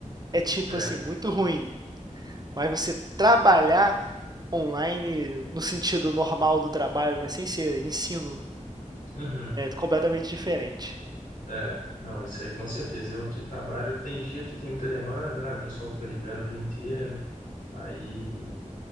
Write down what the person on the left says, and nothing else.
É.
Uhum.
É, não, isso aí com certeza. Eu aqui trabalho, tem dia que tem muita demanda, né? O pessoal fica ligando o dia inteiro, aí